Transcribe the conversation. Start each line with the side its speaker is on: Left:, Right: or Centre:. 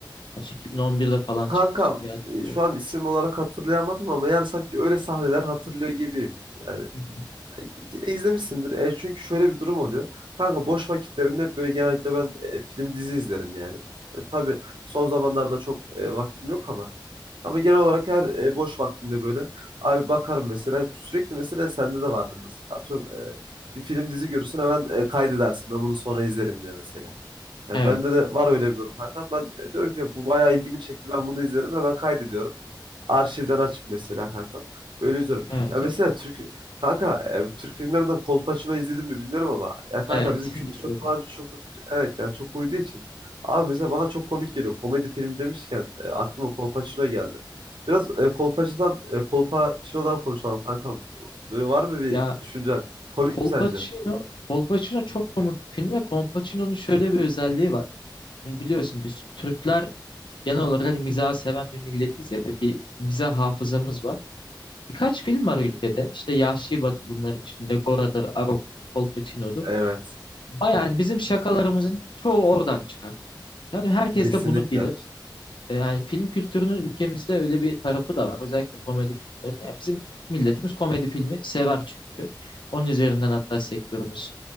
Left: kaç, 2011'de falan
Right: Kankam,
Left: çıkmış diye hatırlıyorum.
Right: e, şu an isim olarak hatırlayamadım ama yani sanki öyle sahneler hatırlıyor gibiyim. Yani
Left: Hı hı.
Right: e, izlemişsindir. E, çünkü şöyle bir durum oluyor. Kanka boş vakitlerimde hep böyle genellikle ben e, film dizi izlerim yani. E, tabii son zamanlarda çok e, vaktim yok ama. Ama genel olarak her e, boş vaktimde böyle abi bakarım mesela. Sürekli mesela sende de vardır mesela. Atıyorum e, bir film dizi görürsün hemen e, kaydedersin. Ben bunu sonra izlerim diye mesela. Yani
Left: Evet.
Right: bende de var öyle bir durum kanka. Ben e, diyorum ki bu bayağı ilgimi çekti. Ben bunu izlerim hemen kaydediyorum. Arşivden açıp mesela kanka. Böyle izliyorum.
Left: Evet,
Right: Ya mesela
Left: evet,
Right: Türk kanka e, Türk filmlerinden Kolpaçino izledim mi bilmiyorum ama ya kanka
Left: Evet,
Right: bizim kültüre
Left: izledim.
Right: falan çok evet yani çok uyduğu için. Abi mesela bana çok komik geliyor. Komedi filmi demişken e, aklıma Kolpaçino geldi. Biraz e, Kolpaçino'dan e, Kolpaçino'dan konuşalım kankam. Böyle var mı bir
Left: Ya
Right: düşüncen? Komik
Left: Kolpaçino,
Right: mi sence?
Left: Kolpaçino çok komik bir film ve Kolpaçino'nun şöyle bir özelliği var. Şimdi biliyorsun biz Türkler genel olarak hani mizahı seven bir milletiz ya ve bir mizah hafızamız var. Birkaç film var
Right: Hı
Left: ülkede.
Right: hı.
Left: İşte Yahşi Batı bunlar içinde. Gora'dır, Arok, Kolpaçino'dur.
Right: Evet.
Left: Bayağı yani bizim şakalarımızın çoğu oradan çıkar. Yani herkes
Right: Kesinlikle.
Left: de bunu bilir. E, Yani film kültürünün ülkemizde öyle bir tarafı da var. Özellikle komedi filmleri. Ya bizim milletimiz komedi filmi sever çünkü. Onun üzerinden hatta sektörümüz